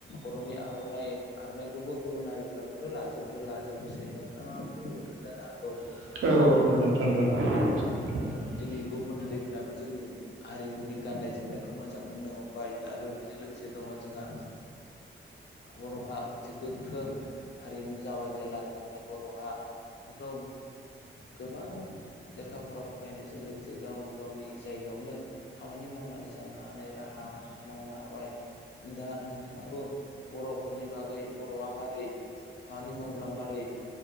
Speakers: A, on the left; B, on the right.
A: बर'नि आरननाय आर'नाइखौबो गुबुन हारिफ्राबोथ' लाजो जोब' लाजोबबोसै नोंथाङाबोथ' नुदो जानोहागौ।
B: औ औ <unintelligible>
A: औ दिनै गुबुन हारिफ्राबो जोंनि हारिमुनि गाननाय जोमनायखौ मोजां मोननो हमबाय आरो बेजों लोगोसे दङ जोंहा बर'हा मोनसे गोख्रों हारिमु जाबाय जेला जोंना बर'हा ाथ' गोबां लेखा फा फरायनायजों लोगोसे गाव गावनि जायगा यावनो खामानि मावनानै जानो हानाय राहा मावनो हाबाय दा नोंथाङाबो। बर'फोरनि बागै बर'आ मारै खामानि मावब्ला मारै